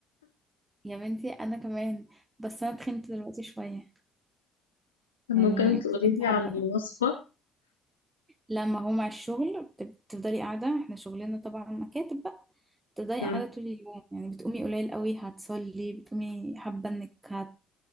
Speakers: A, on the right; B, on the left.
A: يا بنتي أنا كمان بس أنا تخنت دلوقتي شوية
B: طب ممكن
A: يعني
B: تقولي
A: تخنت
B: لي
A: حبة
B: على الوصفة
A: كده لما هو مع الشغل بت- بتفضلي قاعدة احنا شغلنا طبعا مكاتب بقى بتفضلي
B: مم.
A: قاعدة طول اليوم يعني بتقومي قليل قوي هتصلي بتقومي حابة انك هت...